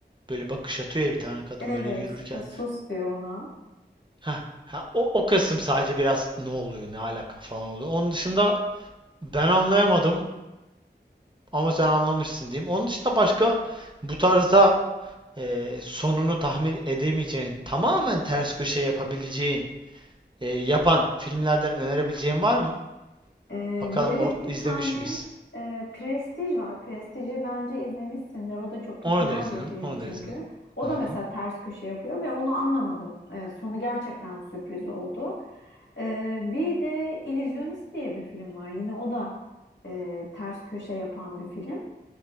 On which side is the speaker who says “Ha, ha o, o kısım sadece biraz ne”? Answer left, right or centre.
Right